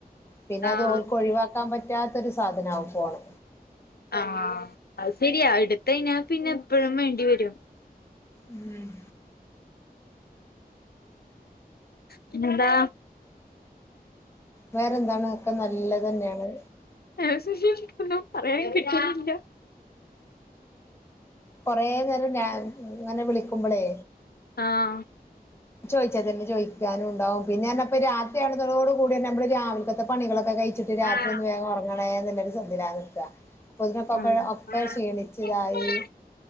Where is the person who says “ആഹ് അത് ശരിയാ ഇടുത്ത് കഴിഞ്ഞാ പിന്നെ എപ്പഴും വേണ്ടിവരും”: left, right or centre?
Left